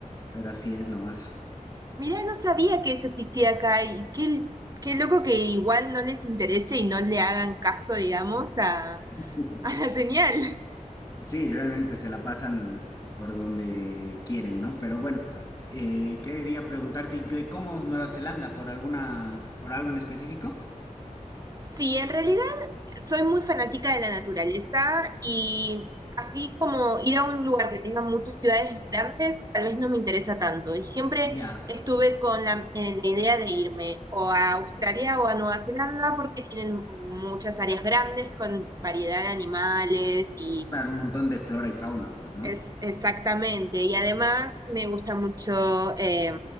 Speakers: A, on the left; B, on the right.
A: pero así es nomás.
B: mira, no sabía que eso existía acá y qué, qué loco que igual no les interese y no le hagan caso, digamos, a,
A: <laughs>
B: a la señal.
A: Sí, realmente se la pasan por donde quieren, ¿no? Pero bueno, eh, quería preguntarte ¿y de cómo Nueva Zelanda, por alguna, por algo en específico?
B: Sí, en realidad soy muy fanática de la naturaleza y así como ir a un lugar que tenga muchas ciudades grandes, tal vez no me interesa tanto. Y siempre
A: Ya,
B: estuve con la, eh, la idea de irme o a Australia o a Nueva Zelanda porque tienen muchas áreas grandes con variedad de animales y
A: para un montón de flora y fauna, pues, ¿no?
B: es exactamente. Y además me gusta mucho... eh,